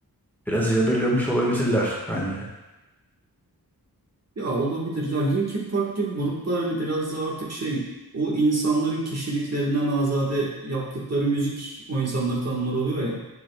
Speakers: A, in the centre; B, on the right.
A: biraz yadırgamış olabilirler bence.
B: Ya olabilir. Ya Linkin Park gibi gruplar hani biraz da artık şey o insanların kişiliklerinden azade yaptıkları müzik o insanları tanımlar oluyor ya.